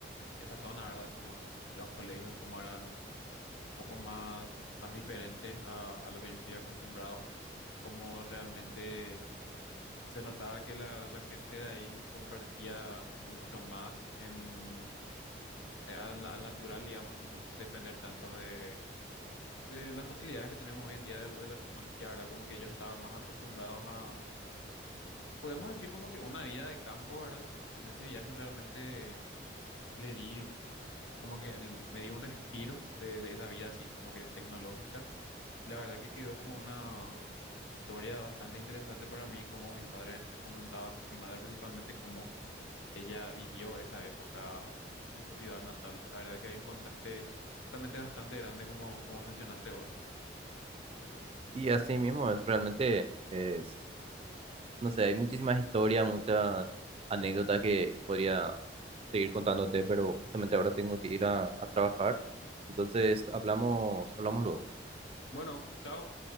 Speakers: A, on the left; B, on the right.
A: esa zona, ¿verdad? Como los colegios, cómo eran un poco más, más diferentes a, a lo que yo estoy acostumbrado, cómo realmente se notaba que la, la gente de ahí compartía mucho más en, eh, al, al natural, digamos, sin depender tanto de, de las facilidades que tenemos hoy en día de, de la tecnología, ¿verdad? Como que ellos estaban más acostumbrados a, podemos decir como que una vida de campo, ¿verdad? En ese viaje realmente le di, como que el- me di un respiro de, de esa vida así, como que tecnológica. Y la verdad que quedó como una historia bastante interesante para mí, como mis padres me comentaban, mi madre principalmente, cómo Ella vivió esa época en su ciudad natal. La verdad que hay un contraste totalmente bastante grande como, como mencionaste vos.
B: Y así mismo es realmente, es, no sé, hay muchísimas historias, muchas anécdotas que podría seguir contándote, pero justamente ahora tengo que ir a, a trabajar. Entonces, hablamos, hablamos luego.
A: Bueno, chao.